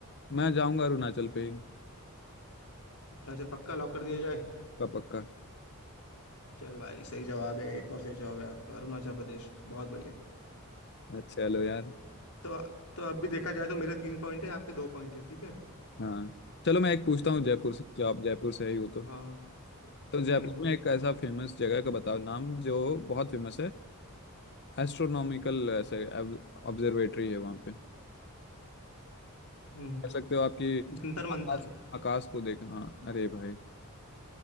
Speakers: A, on the left (about 50°); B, on the left (about 80°).
A: मैं जाऊंगा अरुणाचल पे ही
B: अरुणाचल पक्का लॉक कर दिया जाए
A: पक्का पक्का
B: चल भाई सही जवाब है एक और सही जवाब है आपका अरुणाचल प्रदेश बहुत बढ़िया
A: अच्छा, चलो यार
B: तो तो अब भी देखा जाए तो मेरे तीन पॉइंट है आपके दो पॉइंट है ठीक है
A: हाँ चलो मैं एक पूछता हूँ जयपुर से जो आप जयपुर से ही हो तो
B: हाँ
A: तो
B: हम्म
A: जयपुर में एक ऐसा फेमस जगह का बताओ नाम जो बहुत फेमस है एस्ट्रोनॉमिकल ऐसे ऑब्जर्वेटरी है वहाँ पे
B: हम्म
A: कह सकते हो आपकी
B: जंतर
A: आकाश
B: मंतर
A: आकाश को देख हाँ अरे भाई